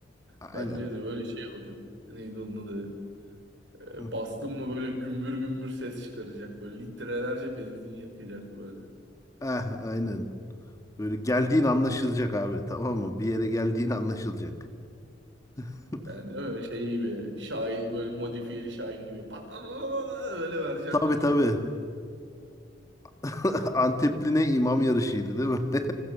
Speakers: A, on the left; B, on the right.
A: Aynen.
B: Bence de böyle şey olacak. Neydi onun adı? E,
A: Hı.
B: bastın mı böyle gümbür gümbür ses çıkaracak. Böyle litrelerce benzin yakacak böyle.
A: Eh, aynen. Böyle geldiğin anlaşılacak abi tamam mı? Bir yere geldiğin anlaşılacak. <laughs>
B: Yani değil mi? Şey gibi. Şahin böyle modifiyeli Şahin gibi. Pat pat pat pat öyle vereceksin
A: Tabii
B: değil mi?
A: tabii.
B: Böyle?
A: <laughs>
B: <laughs>
A: Antepli ne imam yarışıydı değil mi? <laughs>